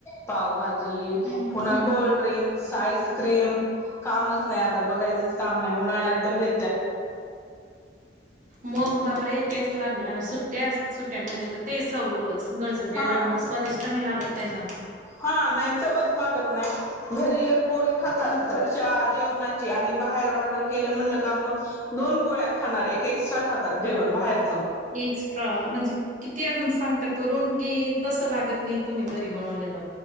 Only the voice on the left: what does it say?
पावभाजी
पुन्हा कोल्ड्रिंक्स आईस्क्रीम कामच नाही आता बघायचंच काम नाही उन्हाळ्यात तर हे
हा
हा नाही चवच लागत नाही घरी एक पोळी खातात
घरच्या जेवणाची आणि बाहेर ऑर्डर केलं म्हणलं का मग दोन पोळ्या खाणार एक एक्स्ट्रा खाणार जेवण बाहेर